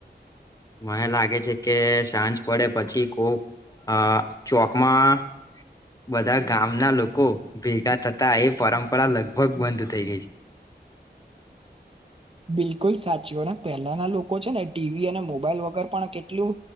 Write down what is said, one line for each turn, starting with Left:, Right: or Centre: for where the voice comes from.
Left: મને લાગે છે કે સાંજ પડે પછી કોક અ ચોકમાં બધા ગામના લોકો ભેગા થતા એ પરંપરા લગભગ બંધ થઇ ગઈ છે
Right: બિલકુલ સાચીઓ ને પહેલાના લોકો છે ને ટીવી અને મોબાઈલ વગર પણ કેટલું